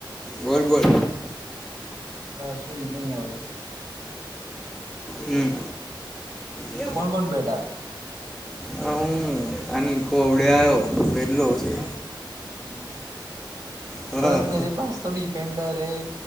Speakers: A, in the centre; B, on the right (about 40°).
A: બોલ બોલ.
B: સુઈ નહી હોય.
A: હમ. હ
B: કોણ કોણ બેટા
A: હું આની કો અવડે આવયો વેદલો હશે.
B: હમ.
A: હા
B: સર મેરે પાસ તો ડિફન્ડર હૈ,